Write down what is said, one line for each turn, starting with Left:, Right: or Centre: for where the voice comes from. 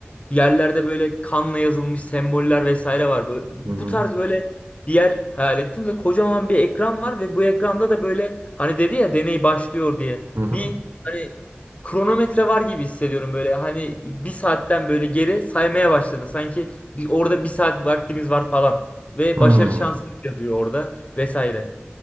Left: yerlerde böyle kanla yazılmış semboller vesaire var. Böyle, bu
Right: hı hı,
Left: tarz böyle bir yer hayal ettim ve kocaman bir ekran var ve bu ekranda da böyle hani dedi ya deney başlıyor diye
Right: hı hı,
Left: bir
Right: hı
Left: hani kronometre var gibi hissediyorum böyle hani bir saatten böyle geri saymaya başladı. Sanki bir, orada bir saat vaktimiz var falan. Ve
Right: Hmm.
Left: başarı şansı yazıyor orada vesaire.